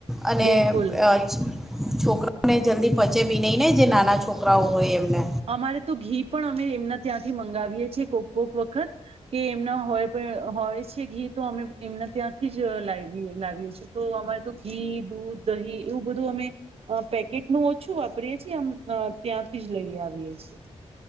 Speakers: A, in the centre; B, on the right (about 60°).
A: અને
B: બિલકુલ
A: અ છોકરાઓને જલ્દી પચે બી નહી ને જે નાના છોકરાઓ હોય એમને
B: અમારે તો ઘી પણ અમે એમના ત્યાંથી મંગાવીએ છીએ કોક કોક વખત કે એમના હોય પણ હોય છે ઘી તો અમે એમના ત્યાંથી જ લાવી લાવીએ છ છીએ તો અમારે તો ઘી, દૂધ, દહીં, એવું બધું અમે અ પેકેટનું ઓછું વાપરીએ છીએ આમ ત્યાંથી જ લઈ આવીએ છીએ